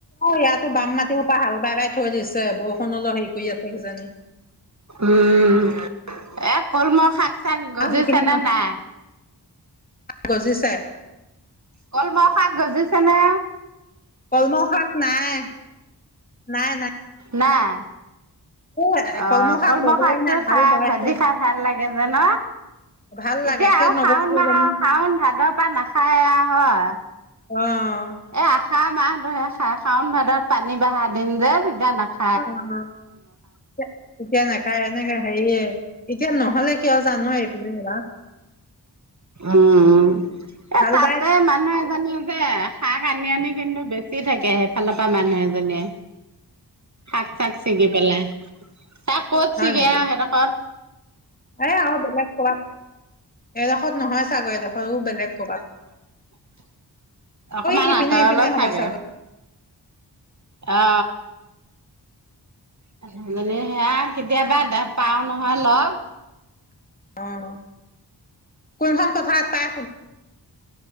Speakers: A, on the left; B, on the right.
A: ইয়াটো বাম মাটিসোপ হাল বাই বাই থৈ দিছে, বৰষুণ অলপ হেৰি কৰি আছে কিজানি
B: উম এ কলমৌ শাক চাক গজিছে
A: <unintelligible>
B: নে নাই?
A: গজিছে।
B: কলমৌ শাক গজিছে নে?
A: কলমৌ শাক নাই, নাই, নাই।
B: না
A: এ
B: অ'
A: শাক
B: কলমৌ
A: গজাই
B: শাকটো
A: নাই হাল
B: খাই,
A: বাইছে
B: ভাজি খাই, ভাল লাগে যে ন।
A: ভাল
B: এতিয়া
A: লাগে কিয়
B: আও
A: নগজিলে
B: শাওন মাহ
A: জানো
B: শাওন ভাদৰ পা নাখায় আও হয়।
A: অ',
B: এই আহাৰ মাহটোহে খায়, শাওন ভাদত পানী বঢ়া দিন যে তেতিয়া নাখ
A: অ', এতিয়া নেখায়, এনেকে হেৰি এতিয়া নহলে কিয় জানো, এইপিনে ৰুৱা
B: উম, উম, এ
A: হাল
B: তাতে
A: বাই
B: মানুহ এজনী যে শাক আনি, আনি কিন্তু বেছি থাকে, সেইফালৰ পৰা মানুহ এজনীয়ে। শাক-চাক চিঙি পেলাই তাক ক'ত
A: হয়,
B: ছিগে
A: নেকি
B: আৰু সেইডোখৰত
A: এ আও বেলেগ কবাত। এইডোখৰত নহয় চাগৈ, এইডোখৰো বেলেগ ক'ৰবাত।
B: <unintelligible> অকমান
A: সিপিনে
B: আঁতৰলৈ
A: ইপিনে হ'ব
B: চাগে
A: চাগৈ
B: অ' মানুুহ জনীক সেয়া কেতিয়াবা পাওঁ নহয় লগ।
A: অ', কোনখন পথাৰত তাইক সোধ।